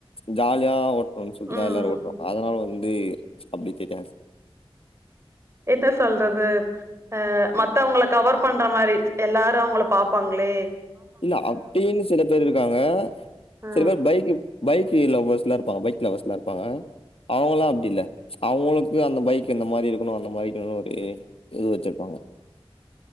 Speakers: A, on the left (about 70°); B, on the right (about 25°).
A: ஜாலியா ஒட் <unintelligible> ஷுட்டு தா
B: ம்
A: எல்லாரு ஓட்டுவாங்க அதனால வந்து அப்டி தெரியாது
B: எத சொல்றது அ மத்தவங்கள கவர் பண்ற மாரி எல்லாரு அவங்கள பாப்பாங்ளே
A: இல்ல அப்டின்னு சில பேர் இருக்காங்க
B: ஆ
A: சில பேர் பைக் பைக் லவ்வர்ஸ் லா இருப்பாங்க பைக் லவ்வர்ஸ் லா இருப்பாங்க அவங்கல்லா அப்டி இல்ல அவங்களுக்கு அந்த பைக் இந்த மாரி இருக்கணு அந்த மாதிரி இருக்கணு ஒரு இது வச்சிருப்பாங்க